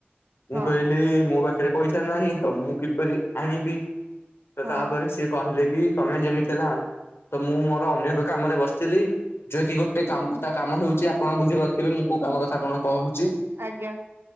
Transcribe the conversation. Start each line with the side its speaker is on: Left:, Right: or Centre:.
Left: ମୁଁ
Right: ହଁ
Left: କହିଲି ମୋ ପାଖରେ ପଇସା ନାହିଁ ତ ମୁଁ କିପରି ଆଣିବି? ତ
Right: ହଁ
Left: ତାପରେ ସେ କହିଲେ କି ତମେ ଯେମିତି ହେଲା ତ ମୁଁ ମୋର ଅନେ ଏକ କାମରେ ବସିଥିଲି। ଯୋଏ କି ଗୋଟେ କାମ ତା କାମ ହଉଛି ଆପଣ ବୁଝି <unintelligible> ମୁଁ କୋଉ କାମ କଥା ଆପଣ କହୁଛି।
Right: ଆଜ୍ଞା।